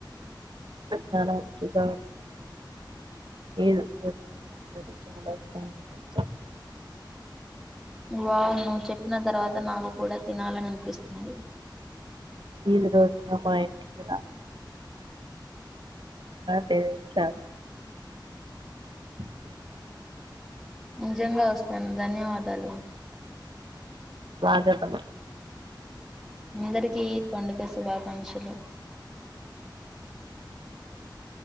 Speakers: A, on the right (about 75°); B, in the centre.
A: చాలా రుచిగా ఉంటుంది ఏ రోజుల అందది చాలా ఇష్టమైన కన్సర్
B: వావు ను్ చెప్పిన తర్వాత నాకు కూడా తినాలని అనిపిస్తుంది
A: ఈది రోజున మా ఇంటి కురు తెస్త <inaudible> <inaudible>
B: నిజంగా వస్తాను ధన్యవాదాలు
A: స్వాగతం
B: అందరికీ ఈ పండుగ శుభాకాంక్షలు